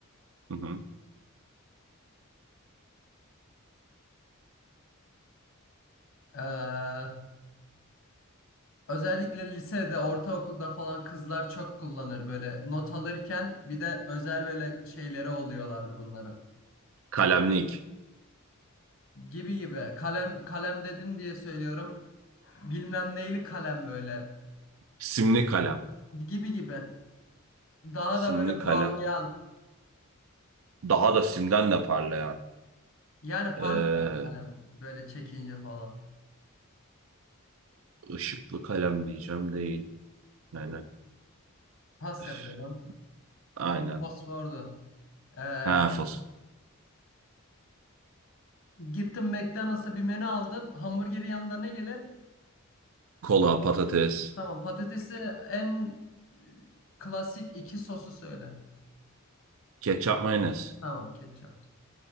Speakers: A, on the right; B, on the left.
A: Hı hı.
B: Ee, Özellikle lisede, ortaokulda falan kızlar çok kullanır böyle not alırken bir de özel böyle şeyleri oluyorlardı bunların.
A: Kalemli
B: Gibi gibi. Kalem kalem dedin diye söylüyorum. Bilmem neyli kalem böyle.
A: Simli kalem.
B: Gibi gibi. Daha
A: Simli
B: da böyle
A: kalem.
B: parlayan.
A: Daha da simden de parlayan.
B: Yani parlıyor
A: Ee,
B: kalem böyle çekince falan.
A: ışıklı kalem diyeceğim değil. Yani,
B: Pas
A: üf,
B: yapıyorum.
A: aynen.
B: Fosfordu. Ee,
A: Hafız.
B: gittin McDonald's'a bir menü aldın. Hamburgeri yanında ne gelir?
A: Kola, patates,
B: Tamam patatesi en e, klasik iki sosu söyle.
A: ketçap, mayonez.
B: Tamam ketçap.